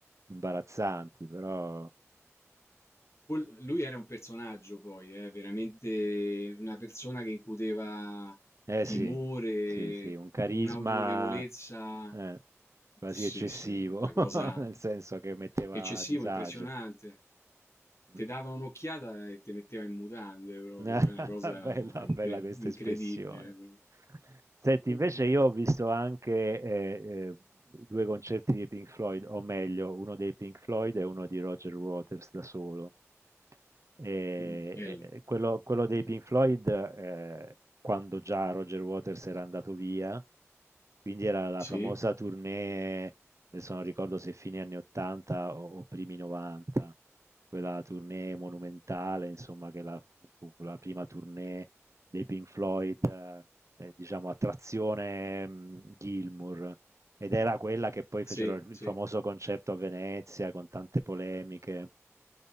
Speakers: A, on the right; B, on the left.
A: imbarazzanti, però
B: Pol- Lui era un personaggio poi, eh, veramente una persona che incuteva
A: Eh
B: timore,
A: sì, sì, sì, un carisma
B: un'autorevolezza,
A: eh, quasi
B: sì,
A: eccessivo,
B: sì, una cosa
A: <laughs> nel senso che metteva
B: eccessiva,
A: a disagio.
B: impressionante.
A: Mm.
B: Ti dava un'occhiata e ti metteva in mutande proprio,
A: <laughs>
B: cioè una cosa
A: Bella,
B: incre-
A: bella questa
B: incredibile
A: espressione.
B: proprio.
A: Senti,
B: <laughs>
A: invece io ho visto anche eh, eh, due concerti di Pink Floyd, o meglio, uno dei Pink Floyd e uno di Roger Waters da solo. E,
B: Mm, Bello,
A: e quello, quello dei Pink Floyd, eh, quando già Roger Waters era andato via, quindi era la
B: sì,
A: famosa tournée Adesso non ricordo se fine anni 80 o, o primi 90, quella tournée monumentale, insomma, che la, fu, fu la prima tournée dei Pink Floyd, eh, eh, diciamo, a trazione mh, Gilmour. Ed era quella che poi
B: sì,
A: fecero il
B: sì.
A: famoso concerto a Venezia con tante polemiche.